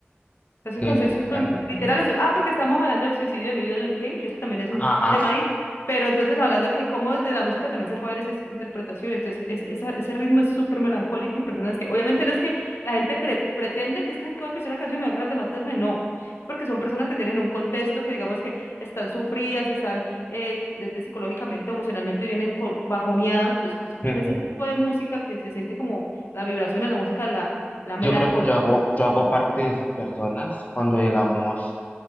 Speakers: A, on the left (about 70°); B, on the left (about 35°).
A: sea, Esa
B: qué
A: canción
B: fuerte.
A: simplemente, literal, es, un- ah, porque estamos hablando del suicidio de Emilio Durkheim, que eso también es
B: Ajá.
A: un tema ahí, pero entonces hablando que cómo desde la música también se puede ver esa interpretación, entonces es- esa- ese ritmo es súper melancólico y personas que, obviamente no es que la gente cre- pretende que es que acabo de escuchar la canción y me da ganas de matarme, no, es porque son personas que tienen un contexto que digamos que están sufridas, están eh, desde psicológicamente, emocionalmente vienen co- bajoneadas, pues escuchen
B: Mm,
A: ese tipo de música que se siente como la vibración de la música, la, la melancolía.
B: Yo creo que yo hago, yo hago parte de esas personas cuando, digamos,